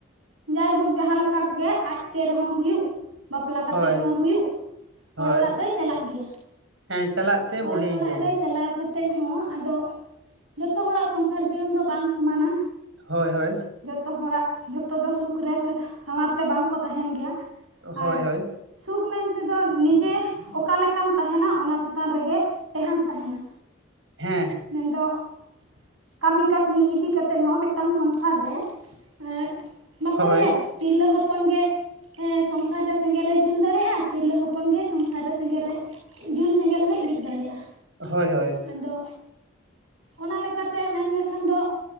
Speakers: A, on the right; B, on the right.
A: ᱡᱟᱭᱦᱳᱠ ᱡᱟᱦᱟ ᱞᱮᱠᱟ ᱜᱮ ᱟᱡ ᱛᱮ ᱨᱮᱦᱚ ᱦᱩᱭᱩᱜ ᱵᱟᱯᱞᱟ ᱠᱟᱛᱮᱫ
B: ᱦᱳᱭ
A: ᱨᱮᱦᱚ ᱦᱩᱭᱩᱜ ᱦᱚᱲ
B: ᱦᱳᱭ
A: ᱚᱲᱟᱜ ᱫᱚᱭ ᱪᱟᱞᱟᱜ ᱜᱮᱭᱟ
B: ᱦᱮᱸ ᱪᱟᱞᱟᱜ ᱛᱮ
A: ᱦᱚᱲ
B: ᱵᱚᱲᱦᱮᱭᱮᱭᱟᱭ
A: ᱚᱲᱟᱜ ᱨᱮ ᱪᱟᱞᱟᱣ ᱠᱟᱛᱮᱫ ᱦᱚ ᱟᱫᱚᱼᱜ ᱡᱚᱛᱚ ᱦᱚᱲᱟᱜ ᱥᱚᱝᱥᱟᱨ ᱡᱤᱭᱚᱱ ᱫᱚ ᱵᱟᱝ ᱥᱚᱢᱟᱱᱟ
B: ᱦᱳᱭ ᱦᱳᱭ
A: ᱡᱚᱛᱚ ᱦᱚᱲᱟᱜ ᱡᱷᱚᱛᱚ ᱫᱚ ᱥᱩᱠ ᱨᱮ ᱥᱮ ᱥᱟᱶᱟᱨ ᱛᱮ ᱵᱟᱝ ᱠᱚ ᱛᱟᱦᱮᱱ ᱜᱮᱭᱟ
B: ᱦᱳᱭ
A: ᱟᱨ
B: ᱦᱳᱭ
A: ᱥᱩᱠ ᱢᱮᱱᱛᱮ ᱫᱚ ᱱᱤᱡᱮ ᱚᱠᱟ ᱞᱮᱠᱟᱢ ᱛᱟᱦᱮᱱᱟ ᱚᱱᱟ ᱪᱮ ᱪᱮᱛᱟᱱ ᱨᱮ ᱜᱮ ᱴᱮᱸᱦᱟᱱᱴ ᱛᱟᱦᱮᱱᱟ
B: ᱦᱮ
A: ᱢᱮᱱ ᱫᱚ ᱠᱟᱢᱤ ᱠᱟᱹᱥᱱᱤ ᱤᱫᱤ ᱠᱟᱛᱮᱫ ᱦᱚ ᱢᱤᱫᱴᱟᱝ ᱥᱚᱝᱥᱟᱨ ᱨᱮ ᱮᱼᱦ ᱵᱟᱠᱚ
B: ᱦᱳᱭ
A: ᱞᱟᱹᱭᱟ ᱛᱤᱨᱞᱟᱹ ᱦᱚᱯᱚᱱ ᱜᱮ ᱮ ᱥᱚᱝᱥᱟᱨ ᱨᱮ ᱥᱮᱸᱜᱮᱞ ᱞᱮ ᱡᱩᱞ ᱫᱟᱲᱮᱭᱟᱜᱼᱟ ᱛᱤᱨᱞᱟᱹ ᱦᱚᱯᱚᱱ ᱜᱮ ᱥᱚᱝᱥᱟᱨ ᱨᱮ ᱥᱮᱸᱜᱮᱞ ᱨᱮ ᱡᱩᱞ ᱥᱮᱸᱜᱮᱞ ᱦᱚᱭ ᱤᱲᱤᱡ ᱫᱟᱲᱮᱭᱟᱜᱼᱟ
B: ᱦᱳᱭ ᱦᱳᱭ
A: ᱟᱫᱚ ᱚᱱᱟ ᱞᱮᱠᱟ ᱛᱮ ᱢᱮᱱ ᱞᱮᱠᱷᱟᱱ ᱫᱚ